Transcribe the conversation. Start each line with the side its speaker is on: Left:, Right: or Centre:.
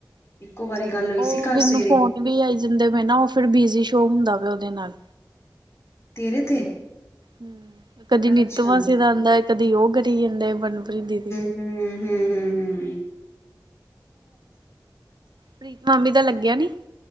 Left: ਇੱਕੋ ਵਾਰੀ ਗੱਲ ਹੋਈ
Right: ਉਹ
Left: ਸੀ ਕੱਲ
Right: ਮੈਨੂੰ
Left: ਸਵੇਰੇ
Right: ਫੋਨ ਵੀ ਆਈ ਜਾਂਦੇ ਪਏ ਨਾ ਉਹ ਫਿਰ ਬਿਜੀ ਸ਼ੋਅ ਹੁੰਦਾ ਪਿਆ ਉਹਦੇ ਨਾਲ
Left: ਤੇਰੇ ਤੇ
Right: ਹਮ ਕਦੀ
Left: ਅੱਛਾ
Right: ਨਿੱਤ ਮਾਸੀ ਦਾ ਆਂਦਾ ਕਦੀ ਉਹ ਕਰੀ ਜਾਂਦਾ ਹੈ ਮਨਪ੍ਰੀਤ ਦੀਦੀ
Left: ਹਮ ਹਮ ਹਮ ਹਮ
Right: ਪ੍ਰੀਤ ਮਾਮੀ ਦਾ ਲੱਗਿਆ ਨੀ